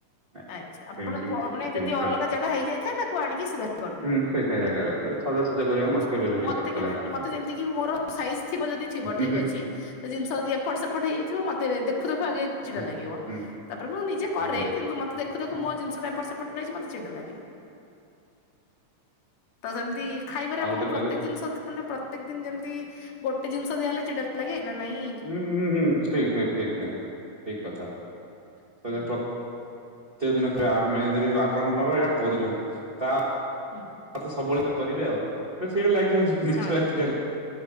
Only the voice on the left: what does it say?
ଆଛା ଆପଣ
ପ
ମାନେ
ଯଦି ଅଲଗା ଜାଗା ହେଇ ଯାଇଥାଏ ତାକୁ ଆଣିକି ସିଧା କରିଦିଅନ୍ତି
ଆଛା।
ମତେ
କେ
ଯେମିତି ମତେ ଯେମିତି କିି ମୋର ସାଇଜ୍ ଥିବ ଯଦି ଥିବ
ଠିକ
ଅଛି ଜିନିଷ ଯଦି ଏପଟ ସେପ ଟ୍ ହେଇ ଯାଇଥିବ ମତେ ଦେଖୁ ଦେଖୁ ଆଗେ। ଛିଡ଼ା
ଲାଗିବ ତାପରେ ମୁଁ ନିଜେ
କରେ
କିନ୍ତୁ ମତେ ଦେଖୁ ଦେଖୁ
ମୋ ଜିନିଷଟା। ଏପଟ ସେପଟ ହେଇଛି ମତେ ଚିଡା ଲାଗେ। ତ ସେମିତି ଖାଇବାରେ
ଆପଣଙ୍କୁ
ପ୍ରତ୍ୟେକ ଜିନିଷ ମାନେ ପ୍ରତ୍ୟେକ ଦିନ ଯେମିତି ଗୋଟେ ଜିନିଷ ଦିଆହଲେ ଚଡା ଲା ଲାଗେ ନା ନାଇଁ।
ହୁଁ
ହୁଁ
ହଁ